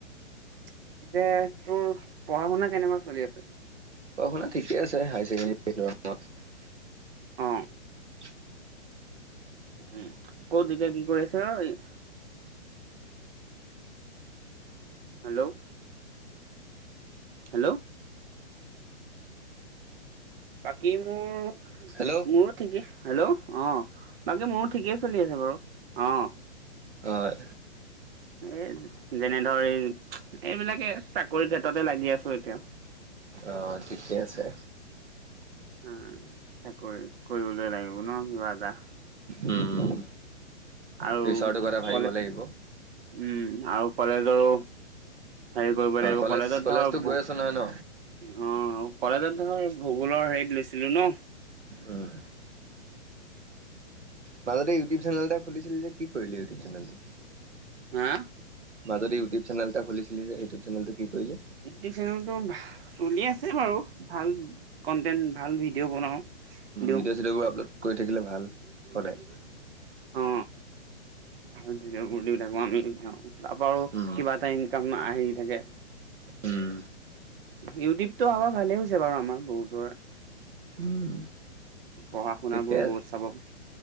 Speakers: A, on the right; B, on the right.
A: এ, যে তোৰ পঢ়া শুনা কেনেকুৱা চলি আছে?
B: পঢ়া শুনা ঠিকে আছে হায় ছেকেণ্ডী। <inaudible>
A: অ উম, কত এতিয়া কি কৰি আছ? Hello hello. বাকী মোৰ
B: হেল্ল'
A: মোৰো ঠিকেই। হেল্ল'? অ, বাকী মোৰো ঠিকেই চলি আছে বাৰু অ।
B: হয়।
A: এ, যেনে ধৰি এইবিলাকে চাকৰি কেততে লাগি আছো এতিয়া।
B: আহ ঠিকেই আছে।
A: উম, চাক ক উওলে লাগিব নিদিবা।
B: উম।
A: আৰু
B: ফিউচাৰটোৰ কথা ভাবিব
A: কলেজ
B: লাগিব অ',
A: উম আৰু কলেজৰো হেৰি কৰিব লাগিব
B: কলেজ
A: কলেজত
B: কলেজতো
A: ধৰ ভোক
B: গৈ আছ নহয় ন?
A: অ কলেজত ভূগোলৰ হেৰিত লৈছিলো ন।
B: উম। মাজতে ইউটিউব চেনেল এটা খুলিছিলে যে কি কৰিল ইউটিউ চেনেলটো
A: হা
B: মাজত ইউটিউ চেনেলটা খুলিছিল যে ইউটব চেনেলটো। কি কৰিলি?
A: ইউটিউব চেনেলটো চলি আছে বাৰু ভাল। কন্টেন্ট ভাল ভিডিঅ' বনাওঁ দিওঁ।
B: ভিডিঅ' চিডিঅ'বোৰ আপলোড কৰি থাকিলে ভাল সদায়।
A: অ ভাল ভিডিঅ' বোৰ দি থাকো আমি তাৰাপৰা
B: উম,
A: কিবা এটা ইনকাম আহি থাকে।
B: উম।
A: ইউটিউবতটো আমাৰ ভালে হৈছে বাৰু আমাৰ বহুতৰে।
B: উম।
A: পঢ়া শুনাবোৰো
B: ঠিকে আছে,
A: বহুত স্বাবল।